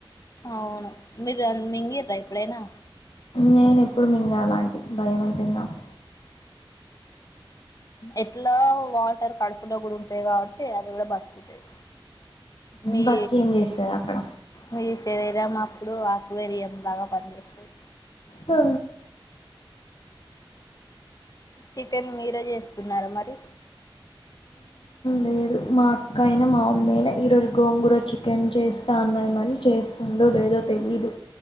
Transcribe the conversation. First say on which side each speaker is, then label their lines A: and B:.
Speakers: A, on the left; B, on the left.
A: అవును మీరు మింగిదా ఎప్పుడైనా
B: నేను ఎప్పుడు మీంగాల అలాంటి భయంమైతుందకు
A: ఎట్లా వాటర్ కడుపులో కూడా ఉంటాది కాబట్టి అది కూడా బతుకుతుంది మీ
B: బతికి ఏం చేస్తది అక్కడ
A: మీ శరీరం అప్పుడు ఆ వేరియంలాగా పనిచేస్తది
B: ఆ
A: చికెన్ మీరే చేస్తున్నారా మరి
B: లేదు మా అక్క అయినా మా మమ్మీ అయినా ఈ రోజు గోంగూర చికెన్ చేస్తా అన్నది మరి చేస్తుండో లే జోతే ఇదు